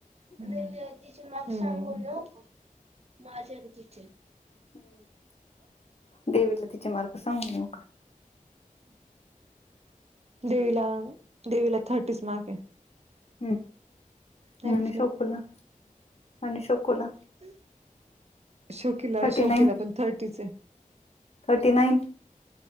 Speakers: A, on the right; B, on the left.
A: तिचे माग सांगून न का माझ्या आणि तिचे
B: ह देवीला तिच्या मार्ग सांगू नका.
A: देवीला देवीला थर्टीच मार्क आहे.
B: हम्
A: नाही
B: नणे
A: म्हटलं
B: शोकुला नणे शोकुला.
A: ह. शोकीला
B: थर्टी
A: शोकीिला
B: नाईन
A: पण थर्टीच
B: थर्टी नाईन